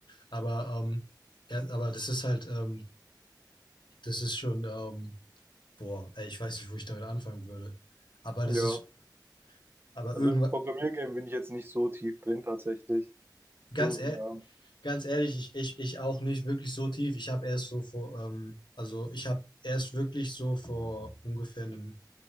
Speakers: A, on the left; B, on the right.
A: aber, ähm, ja, aber das ist halt, ähm, das ist schon, ähm, boah, ey, ich weiß nicht, wo ich damit anfangen würde. Aber
B: Ja,
A: das ist, aber
B: also
A: irgendwann,
B: im Programmiergame bin ich jetzt nicht so tief drin tatsächlich.
A: ganz
B: So,
A: ehrlich,
B: ja,
A: ganz ehrlich, ich, ich, ich auch nicht wirklich so tief. Ich habe erst so vor, ähm, also ich habe erst wirklich so vor ungefähr einem